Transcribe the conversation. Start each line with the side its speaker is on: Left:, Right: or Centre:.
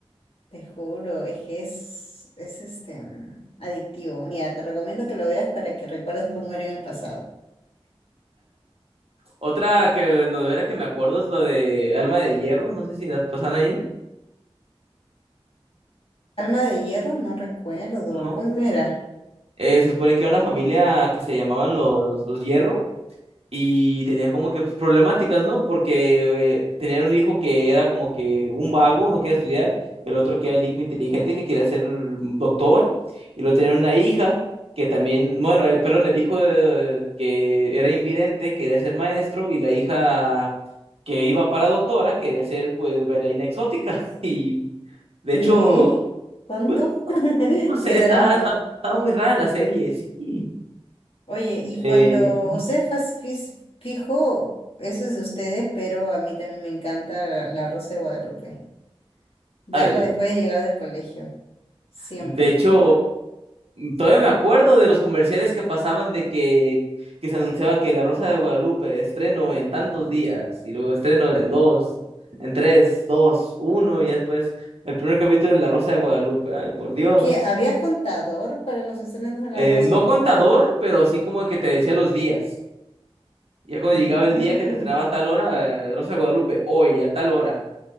Left: te juro, es que es, es este, mm, adictivo. Mira, te recomiendo que lo veas para que recuerdes cómo era en el pasado.
Right: Otra que novela que me acuerdo es lo de Alma de Hierro, no sé si la pasan ahí,
Left: Alma de hierro, no recuerdo.
Right: ¿no?
Left: ¿Cómo era?
Right: Eh, se supone que era una familia que se llamaban los, los Hierro Y tenían como que pues, problemáticas, ¿no? Porque eh, tenían un hijo que era como que un vago, no quería estudiar, el otro que era el hijo inteligente que quería ser doctor, y luego tenían una hija que también, bueno, eh, perdón, el hijo eh, que era invidente quería ser maestro y la hija que iba para doctora quería ser pues bailarina exótica. <laughs> Y de
Left: ¿Qué?
Right: hecho,
Left: ¿Cuánto?
Right: pues
Left: <laughs>
Right: no sé,
Left: ¿Qué drama?
Right: está, está, está muy rara la serie, sí.
Left: Oye, y cuando
Right: Eh, ujú.
Left: ustedes fas- fis- fijo, eso es de ustedes, pero a mí también me encanta La Rosa de Guadalupe. Verla
Right: Ay, Dios.
Left: después de llegar del colegio. Siempre.
Right: De hecho, todavía me acuerdo de los comerciales que pasaban de que, que se anunciaba que La Rosa de Guadalupe estreno en tantos días y luego estreno en dos, en tres, dos, uno y después el primer capítulo de La Rosa de Guadalupe. Ay, por Dios.
Left: ¿Qué? ¿Había contador para los estrenos de La
Right: Eh,
Left: Rosa?
Right: no contador, pero sí como que te decía los días. Ya cuando
Left: Mm,
Right: llegaba el día que se estrenaba a tal hora, eh, Rosa de Guadalupe, hoy a tal hora.